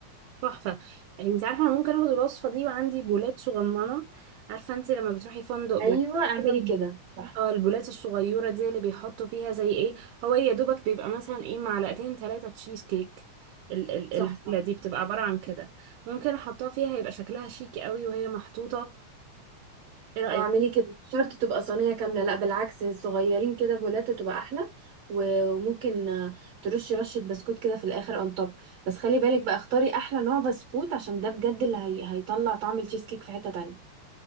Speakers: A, on the right (about 90°); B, on the right (about 65°).
A: تحفة يعني أنت عارفة أنا ممكن آخد الوصفة دي وعندي بولات صغننة عارفة أنت لما بتروحي فندق بيبقى
B: ايوه اعملي
A: كده
B: كده صح
A: اه البولات الصغيرة دي اللي بيحطوا فيها زي ايه هو ايه يا دوبك بيبقى مثلا ايه معلقتين ثلاثة تشيز كيك ال- ال-
B: صح
A: البولة
B: صح
A: دي بتبقى عبارة عن كده ممكن احطها فيها هيبقى شكلها شيك قوي وهي محطوطة ايه رأيك
B: او اعملي كده مش شرط تبقى صينية كاملة لا بالعكس صغيرين كده بولات تبقى احلى و- وممكن آه، ترشي رشة بسكوت كده في الاخر اون توب بس خلي بالك بقى اختاري احلى نوع بسكوت عشان ده بجد اللي هي... هيطلع طعم التشيز كيك في حتة تانية